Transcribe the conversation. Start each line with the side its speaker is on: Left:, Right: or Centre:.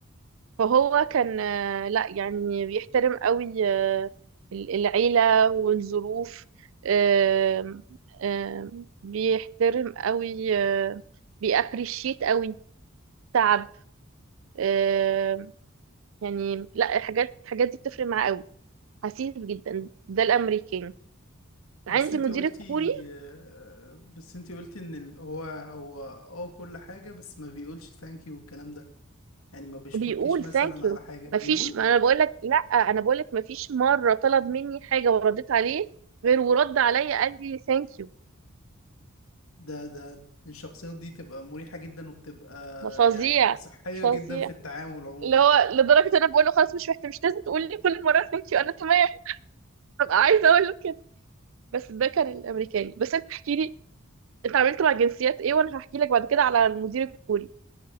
Right: فهو كان آه، لا يعني بيحترم قوي آه، العيلة والظروف آم، آم، بيحترم قوي آه، بيابريشيت قوي تعب آم، يعني لا الحاجات الحاجات دي بتفرق معاه قوي حسيس جدا ده الامريكان عندي
Left: بس انت
Right: مدير
Left: قلتي
Right: الكوري
Left: آه، بس انت قلتي ان ال- هو هو اه كل حاجة بس ما بيقولش ثانك يو والكلام ده يعني ما بيشكركيش
Right: بيقول
Left: مثلا
Right: ثانك يو
Left: على حاجة بيقول
Right: مفيش ما انا بقول لك لا انا بقول لك مفيش مره طلب مني حاجه ورديت عليه غير ورد عليا قال لي ثانك يو
Left: ده ده الشخصيات دي تبقى مريحة جدا وبتبقى
Right: ده فظيع
Left: يعني صحية
Right: فظيع
Left: جدا في التعامل عموما
Right: اللي هو لدرجه انا بقول له خلاص مش محتاج مش لازم تقول لي كل مره ثانك يو انا تمام ببقى عايزه اقول له كده بس ده كان الامريكاني بس انت احكي لي انت عملت مع جنسيات ايه وانا هحكي لك بعد كده على المدير الكوري